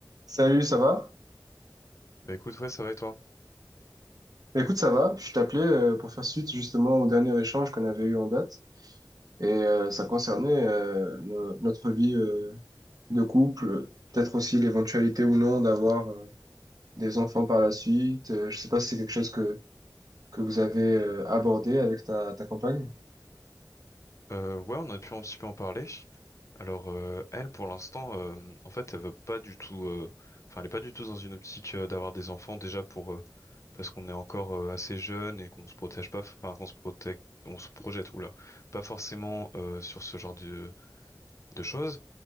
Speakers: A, on the right; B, on the left.
A: Salut, ça va?
B: Bah écoute, ouais, ça va et toi?
A: Bah, Écoute, ça va. Je t'appelais euh, pour faire suite justement au dernier échange qu'on avait eu en date. Et euh, ça concernait euh, no- notre vie euh, de couple, peut-être aussi l'éventualité ou non d'avoir euh, des enfants par la suite. Euh, je sais pas si c'est quelque chose que, que vous avez euh, abordé avec ta, ta compagne.
B: Euh, ouais, on a pu un petit peu en parler. Alors, euh, elle, pour l'instant, euh, en fait, elle veut pas du tout. euh, Enfin, elle est pas du tout dans une optique euh, d'avoir des enfants déjà pour euh, parce qu'on est encore euh, assez jeune et qu'on se protège pas. Enfin, qu'on se protège, on se projette. Oula, pas forcément euh, sur ce genre de de choses.